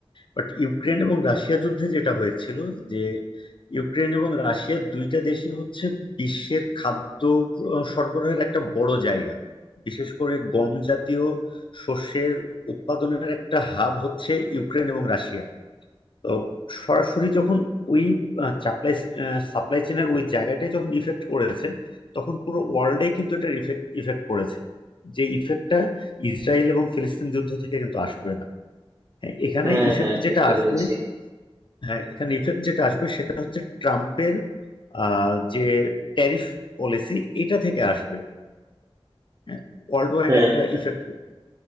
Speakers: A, on the left; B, on the right.
A: বাট ইউক্রেন এবং রাশিয়া যুদ্ধে যেটা হয়েছিল যে ইউক্রেন এবং রাশিয়া দুইটা দেশই হচ্ছে বিশ্বের খাদ্য আহ, সরবরাহের একটা বড় জায়গা বিশেষ করে গম জাতীয় শস্যের উৎপাদনের একটা হাব হচ্ছে ইউক্রেন এবং রাশিয়া তো সরাসরি যখন ওই সাপ্লাই সাপ্লাই চেনের ওই জায়গাটায় যখন ইফেক্ট করেছে তখন পুরো ওয়ার্ল্ডে কিন্তু এটা ইফেক্ট ইফেক্ট পড়েছে যে ইফেক্টটা ইসরায়েল এবং ফিলিস্তিন যুদ্ধ থেকে কিন্তু আসবে না হ্যাঁ এখানে
B: হ্যাঁ
A: ইফেক্ট
B: হ্যাঁ
A: যেটা
B: বুঝতে
A: আসবে
B: পেরেছি
A: হ্যাঁ এখানে ইফেক্ট যেটা আসবে সেটা হচ্ছে ট্রাম্পের আহ, যে ট্যারিফ পলিসি এটা থেকে আসবে হ্যাঁ ওয়ার্ল্ড ওয়াইড
B: হ্যাঁ
A: একটা
B: হ্যাঁ
A: ইফেক্ট